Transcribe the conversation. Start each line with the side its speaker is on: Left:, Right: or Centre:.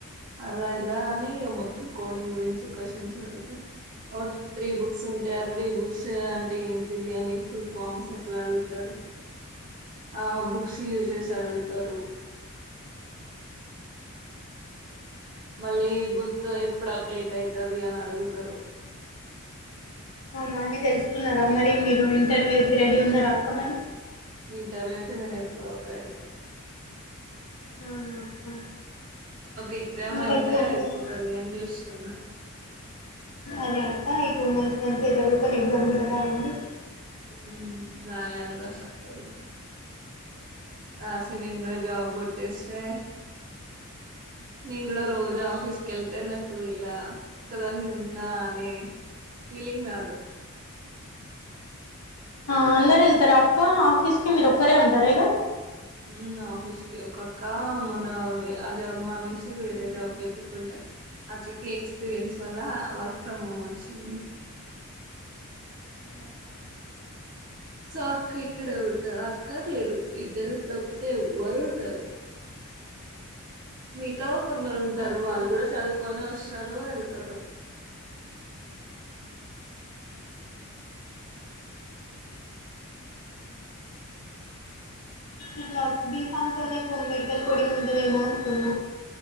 Right: అలా ఇలా అని మొత్తం కోడింగ్ గురించి క్వశ్చన్స్ ఉంటై ఒక త్రీ బుక్స్ ఉంటాయి ఆ త్రీ బుక్స్ అంటే ఏంటిది అని ఫుల్ ఫామ్స్ అట్లా అడుగుతారు ఆ బుక్స్ యూజ్ చేసి అడుగుతారు మళ్ళీ బు క్ ఎప్పుడు అప్డేట్ అయితది అని అడుగుతారు
Left: అవునా అని తెలుసుకున్నారా మరి మీరు ఇంటర్వ్యూకి రెడీ ఉన్నారా అక్కమరీ
Right: ఇంటర్వ్యూకి నేను ఎప్పుడో రెడీ
Left: అవునా అక్క
Right: ఒక ఎగ్జామ్
Left: ఇంకో
Right: అయితే
Left: టూ
Right: అయిపోతది
Left: మంత్స్
Right: అని చూస్తున్నా
Left: అదే అక్క ఈ టూ మంత్స్ మంచిగా చదువుకొని ఎగ్జామ్ కూడా రాయండి
Right: ఉ రాయాలి రా తప్పదు ఆ జాబ్ కొట్టేస్తావ్ <inaudible> తే నెంగూడ రోజు ఆఫీస్ కెళ్తే న డు ఇలా ఒక్కదాన్ని ఉన్నా అనే ఫీలింగ్ రాదు
Left: ఆ అందరు వెళ్తారా అక్క ఆఫీస్కి మీరు ఒక్కరే ఉంటార ఇగ
Right: హూమ్ ఆఫీస్ కి ఒకక్కా మొన్న వే ఆ జాబ్ మానేసి వేరే జాబ్ ఎతుకుంటే అక్కకి ఎక్స్పీరియన్స్ వల్ల వర్క్ ఫ్రమ్ హోమ్ వచ్చింది హుమ్ సో అక్క ఇక్కడే ఉంటాది అక్క నేను ఇద్దరం తప్పితే ఎవ్వరుండరు మీతో కొందరు ఉంటారు
Left: నేను
Right: వాళ్ళు కూడా చదువుకొని వస్తారు వెళ్తారు <inaudible>
Left: ఇట్లా బి ఫామ్ తోనే మెడికల్ కోడింగ్ ఉంటదేమో అనుకున్న